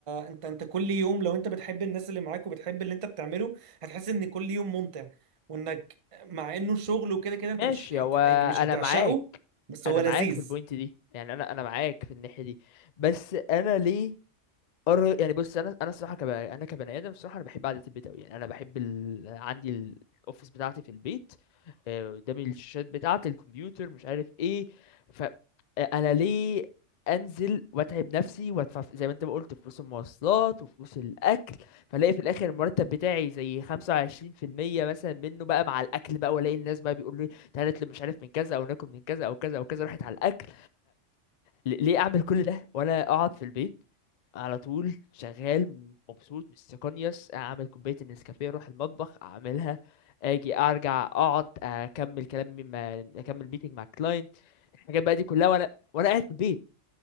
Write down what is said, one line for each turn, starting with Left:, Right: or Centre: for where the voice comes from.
Right: انت انت كل يوم لو انت بتحب الناس اللي معاك وبتحب اللي انت بتعمله هتحس ان كل يوم ممتع وانك مع انه شغل وكده كده انت
Left: ماشي
Right: مش هت...
Left: هو
Right: يعني مش
Left: انا
Right: هتعشقه
Left: معاك
Right: بس
Left: انا
Right: هو لذيذ
Left: معاك في البوينت دي يعني انا انا معاك في الناحية دي بس انا ليه أر... يعني بص انا انا الصراحه كب... انا كبني ادم الصراحه انا بحب قعده البيت قوي يعني انا بحب ال... عندي ال- الاوفيس بتاعتي في البيت آه، قدامي الشاشات بتاعتي الكمبيوتر مش عارف ايه ف آه، انا ليه انزل واتعب نفسي وادفع ف- زي ما انت ما قلت فلوس المواصلات وفلوس الاكل فلاقي في الاخر المرتب بتاعي زي 25% مثلا منه بقى مع الاكل بقى والاقي الناس بقى بيقولوا لي تعالى نطلب مش عارف من كذا او ناكل من كذا او كذا او كذا راحت على الاكل ل- ليه اعمل كل ده وانا اقعد في البيت على طول شغال مبسوط مستقنيس اعمل كوبايه النسكافيه اروح المطبخ اعملها اجي ارجع اقعد اكمل كلامي مع اكمل ميتنج مع الكلاينت الحاجات بقى دي كلها وانا وانا قاعد في البيت